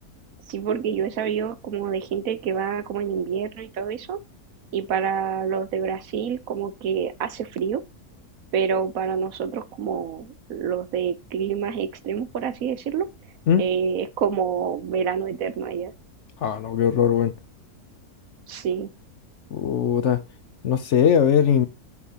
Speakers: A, on the right (about 65°); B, on the left (about 55°).
A: Sí, porque yo he sabido como de gente que va como en invierno y todo eso, y para los de Brasil como que hace frío, pero para nosotros como los de climas extremos, por así decirlo,
B: ¿Mm?
A: eh, es como verano eterno allá.
B: Ah, no, qué horror, weón.
A: Sí.
B: Puta. No sé, a ver, y,